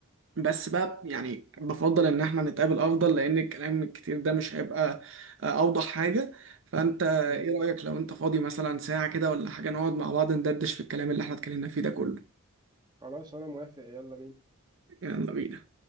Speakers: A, on the right; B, on the right.
A: بس بقى يعني بفضل ان احنا نتقابل افضل لان الكلام الكتير ده مش هيبقى آه، اوضح حاجه فانت ايه
B: <laughs>
A: رايك لو انت فاضي مثلا ساعه كده ولا حاجه نقعد مع بعض ندردش في الكلام اللي احنا اتكلمنا فيه ده كله
B: خلاص انا موافق يلا بينا
A: يلا بينا